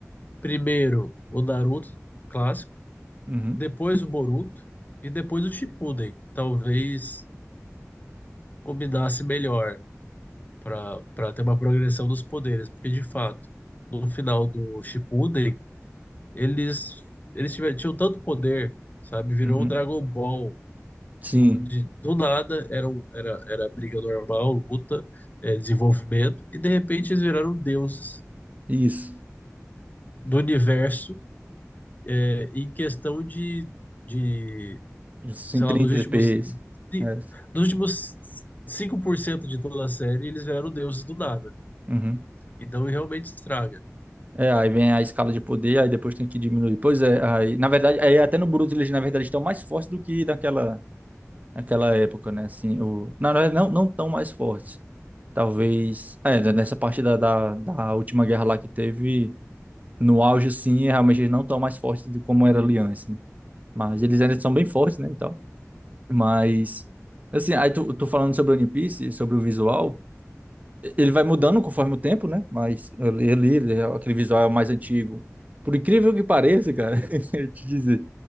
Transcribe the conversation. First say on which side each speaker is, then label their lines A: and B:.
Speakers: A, on the left; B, on the right.
A: primeiro o Naruto clássico
B: uhum,
A: depois o Boruto e depois o Shippuden. Talvez combinasse melhor para para ter uma progressão dos poderes, porque de fato, no final do Shippuden, eles eles tiveram, tinham tanto poder, sabe? Virou
B: uhum,
A: um Dragon Ball
B: sim,
A: do, de, do nada, era, um- era era briga normal, luta, é, desenvolvimento e de repente eles viraram deuses
B: isso,
A: do universo é, em questão de de
B: sim,
A: sei
B: 30
A: lá, dos últimos,
B: FPS,
A: ci-
B: é,
A: dos últimos 5% de toda a série, eles vieram deuses do nada.
B: uhum.
A: Então realmente estraga.
B: É, aí vem a escala de poder, aí depois tem que diminuir. Pois é, aí, na verdade, aí até no Bruto eles, na verdade, estão mais fortes do que naquela, naquela época, né, assim, o, na verdade, não, não tão mais fortes, talvez, é, né, nessa parte da, da, da última guerra lá que teve, no auge, sim, realmente eles não estão mais fortes do como era ali antes, né? Mas eles ainda são bem fortes, né, Mas, assim, aí tu, tu falando sobre o One Piece, sobre o visual, ele vai mudando conforme o tempo, né? Mas ele, ele, ele- aquele visual é o mais antigo. Por incrível que pareça, cara, <laughs> eu te dizer,